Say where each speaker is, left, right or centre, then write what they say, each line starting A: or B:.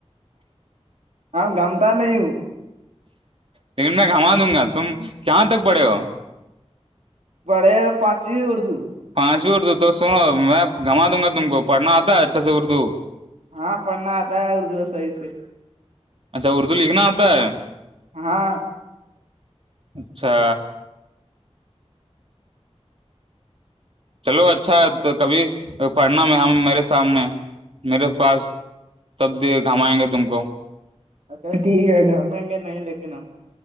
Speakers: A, on the right; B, on the right.
A: ہم گامتا نہیں ہو
B: لیکن میں گھما دوں گا تم کہاں تک پڑے ہو
A: بڑے پٹری اردو
B: پانچویں اردو تو سنو میں گھما دوں گا تم کو پڑھنا آتا ہے اچھا سے اردو
A: ہاں پڑھنا آتا ہے اردو صحیح سے
B: اچھا اردو لکھنا آتا ہے
A: ہاں
B: اچھا چلو اچھا تو کبھی پڑھنا میں میرے سامنے میرے پاس تب گھمائیں گے تم کو
A: اچھا ٹھیک ہے گھر میں گے نہیں لیکن ہم